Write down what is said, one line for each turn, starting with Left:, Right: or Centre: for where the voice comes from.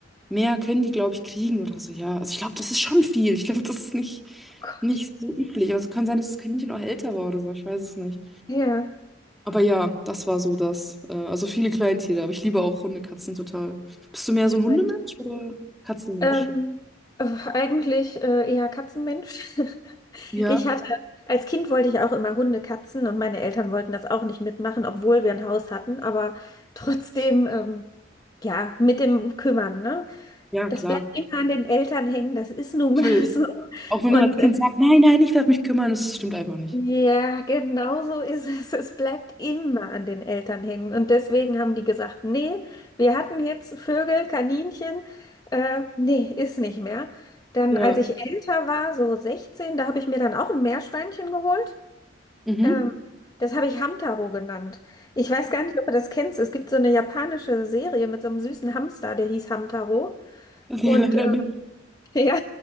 Centre: mehr können die, glaube ich, kriegen oder so, ja. Also ich glaube, das ist schon viel. Ich glaube, das ist nicht,
Left: Oh Gott.
Centre: nicht so üblich. Also kann sein, dass das Kaninchen auch älter war oder so, ich weiß es nicht.
Left: Ja.
Centre: Aber ja, das war so das. Äh, also viele Kleintiere, aber ich liebe auch Hunde, Katzen total. Bist du mehr
Left: Ja,
Centre: so ein Hundemensch oder Katzenmensch?
Left: Ähm, äh, eigentlich äh, eher Katzenmensch. <laughs>
Centre: Ja.
Left: Ich hatte, als Kind wollte ich auch immer Hunde, Katzen und meine Eltern wollten das auch nicht mitmachen, obwohl wir ein Haus hatten, aber trotzdem, ähm, ja, mit dem Kümmern, ne?
Centre: Ja,
Left: Das
Centre: klar.
Left: bleibt immer an den Eltern hängen, das ist nun
Centre: natürlich.
Left: mal <laughs> so.
Centre: Auch wenn
Left: Und
Centre: man als Kind sagt, nein, nein, ich werde mich kümmern, das stimmt einfach nicht.
Left: ja, genau so ist es. Es bleibt immer an den Eltern hängen. Und deswegen haben die gesagt, nee, wir hatten jetzt Vögel, Kaninchen, äh, nee, ist nicht mehr. Dann,
Centre: Ja,
Left: als ich älter war, so 16, da habe ich mir dann auch ein Meerschweinchen geholt.
Centre: Mhm.
Left: Ähm, das habe ich Hamtaro genannt. Ich weiß gar nicht, ob du das kennst. Es gibt so eine japanische Serie mit so einem süßen Hamster, der hieß Hamtaro.
Centre: <laughs> nee,
Left: Und
Centre: leider
Left: äh,
Centre: nicht.
Left: <laughs> ja,